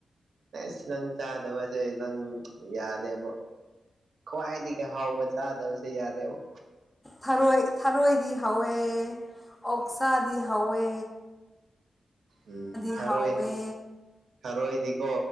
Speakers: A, on the right (about 75°); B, on the left (about 20°).
A: ꯑꯩꯁ ꯅꯪ ꯆꯥꯗꯕꯁꯦ ꯅꯪ ꯌꯥꯗꯦꯕꯣ ꯀꯣꯏꯋꯥꯏꯗꯤ ꯀ ꯍꯥꯎꯕ ꯆꯥꯗꯧꯁꯤ ꯌꯥꯗꯦꯕ
B: ꯊꯔꯣꯏ ꯊꯔꯣꯏꯗꯤ ꯍꯧꯥꯎꯋꯦ ꯑꯣꯛꯁꯥꯗꯤ ꯍꯥꯎꯋꯦ
A: ꯎꯝ ꯊꯔꯣꯏ
B: ꯍꯧꯋꯦ
A: ꯊꯔꯣꯏꯗꯤꯀꯣ